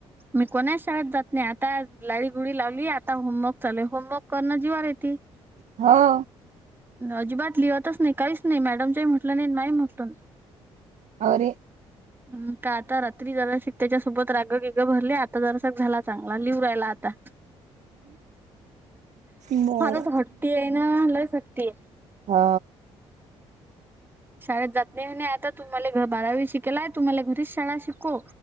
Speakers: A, on the right; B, on the right.
A: मी कोणाच शाळेत जात नाही आता लााडी गुडी लावली आता होमवर्क चालूय होमवर्क करणं जीवार येते.
B: हा
A: अजिबात लिहातच नाही काहीच नाही मॅडमच्याही म्हटलं नाही माही म्हटलं नाही.
B: अरे
A: हम् का आता रात्री जरा त्याच्यासोबत राग गिगं भरले आता जरासक झाला चांगला लिव राहिला आता
B: बर
A: फार शट्ट आहेई ना लय शक्ती आहे.
B: हा
A: शाळेत जात नाही नाही आता तुम्हाला घ बारावी शिकेलाय तुम्हाला घरीच शाळा शिको.